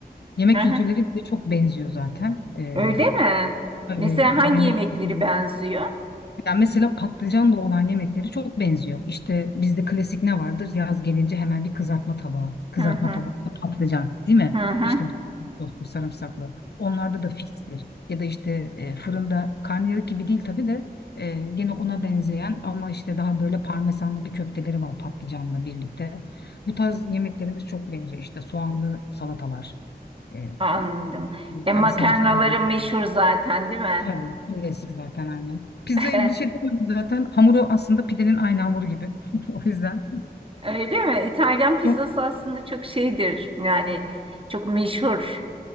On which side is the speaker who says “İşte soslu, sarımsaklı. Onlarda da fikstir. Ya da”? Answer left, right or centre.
Left